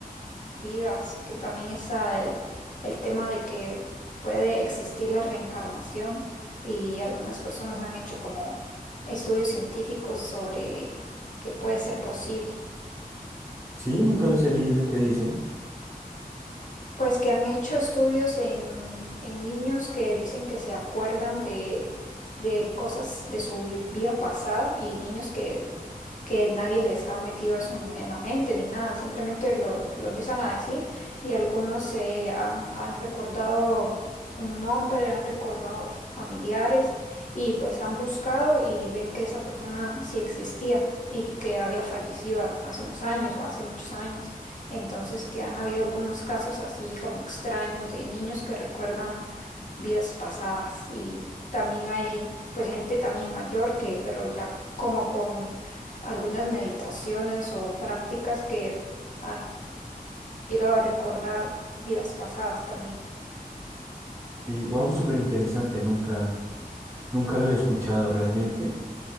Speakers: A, on the left; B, on the right.
A: vidas, que también está el, el tema de que puede existir la reencarnación y algunas personas han hecho como estudios científicos sobre que puede ser posible.
B: Sí, nunca los he leído, ¿qué dicen?
A: Pues que han hecho estudios en, en niños que dicen que se acuerdan de, de cosas de su vi- vida pasada y niños que que nadie les ha metido eso en en la mente ni nada, simplemente lo, lo empiezan a decir y algunos se han, han recordado un nombre, han recordado familiares y pues han buscado y ven que esa persona sí existía. y que había fallecido a- hace unos años o hace muchos años. Entonces, que han habido algunos casos así como extraños de niños que recuerdan vidas pasadas y también hay pues gente también mayor que, pero ya como con algunas meditaciones o prácticas que han llegado a recordar vidas pasadas también.
B: Sí, wow, súper interesante, nunca, nunca lo había escuchado realmente.